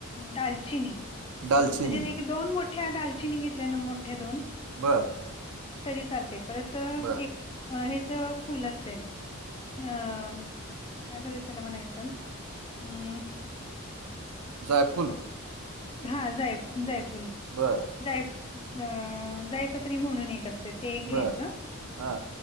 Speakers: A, on the left; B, on the right.
A: दालचिनी.
B: दालचिनी
A: म्हणजे एक दोन मोठ्या दालचिनी घेतल्या ना मोठ्या दोन.
B: बर
A: तरी चालते परत
B: बर
A: एक हेच फुल असतय, अ म, काय बर त्याला म्हणायचं, अ
B: जायफुल.
A: हा जाय - जायफुल.
B: बरं.
A: जाय-अं जायपत्री म्हणून एक असते, ते एक घ्यायचं
B: बर हा